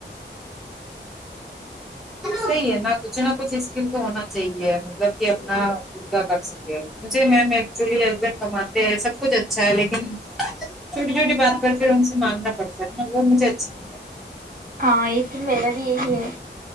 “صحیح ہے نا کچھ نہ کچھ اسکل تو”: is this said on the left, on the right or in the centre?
Centre